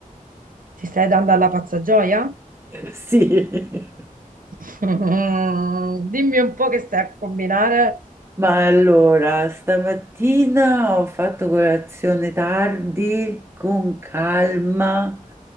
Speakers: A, on the right (about 75°); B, on the right (about 20°).
A: ti stai dando alla pazza gioia?
B: <laughs> Sì.
A: <laughs> Mm, dimmi un po' che stai a combinare.
B: Ma allora, stamattina ho fatto colazione tardi, con calma,